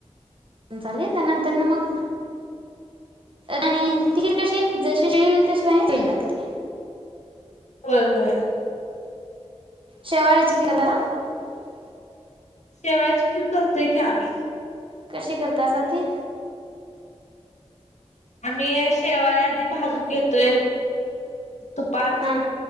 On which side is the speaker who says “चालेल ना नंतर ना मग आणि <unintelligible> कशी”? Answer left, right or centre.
Right